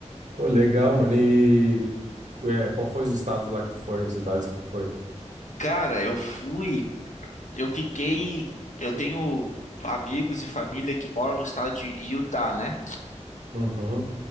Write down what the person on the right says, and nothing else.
pô, legal, mano. E é, qual foi os estados lá que tu foi, as cidades que tu foi?
Uhum.